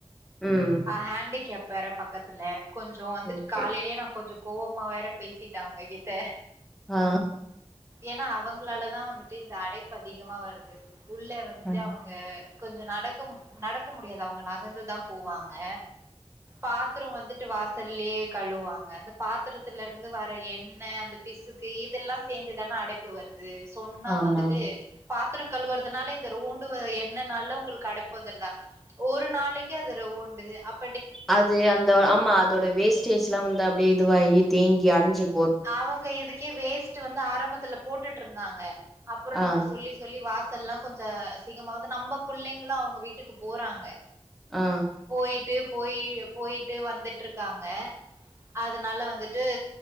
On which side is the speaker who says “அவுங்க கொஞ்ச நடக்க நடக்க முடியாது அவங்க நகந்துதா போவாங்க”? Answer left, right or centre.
Right